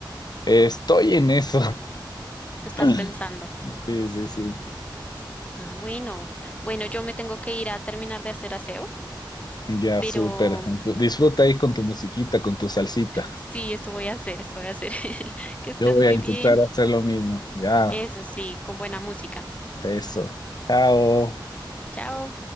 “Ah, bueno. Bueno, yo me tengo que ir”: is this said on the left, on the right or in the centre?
Left